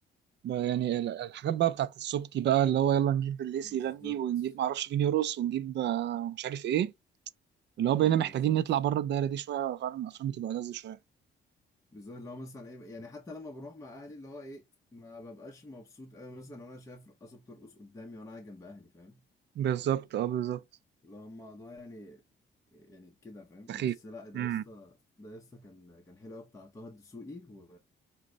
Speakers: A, on the right; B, on the left.
A: يعني ال- الحاجات بقى بتاعت السبكي بقى اللي هو يلا نجيب الليسي
B: بالظبط
A: يغني ونجيب معرفش مين يرقص ونجيب آه، مش عارف ايه اللي هو بقينا
B: اه
A: محتاجين
B: بالظبط
A: نطلع بره الدايره دي شويه فعلا الافلام بتبقى لذة شويه
B: بالظبط اللي هو مثلا ايه يعني حتى لما بروح مع اهلي اللي هو ايه ما ببقاش مبسوط قوي مثلا وانا شايف رقاصه بترقص قدامي وانا قاعد جنب اهلي فاهم
A: بالظبط اه بالظبط
B: اللي هو الموضوع يعني يعني كده فاهم
A: سخيف
B: بس لا ده
A: امم
B: يسطا ده يسطا كان كان حلو قوي بتاع طه الدسوقي و